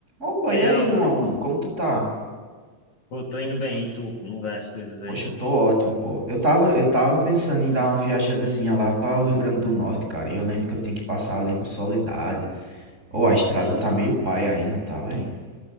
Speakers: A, on the right (about 20°); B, on the left (about 55°).
A: Opa,
B: E aí,
A: e aí,
B: Álvaro?
A: Luan, mano, como tu tá?
B: Pô, tô indo bem, e tu? Como vai as coisas aí?
A: Poxa, eu tô ótimo, pô. Eu tava, eu tava pensando em dar uma viajadazinha lá pra o Rio Grande do Norte, cara. E eu lembro que eu tenho que passar ali por Soledade. Ô, a estrada tá meio pai aí, não tá, velho?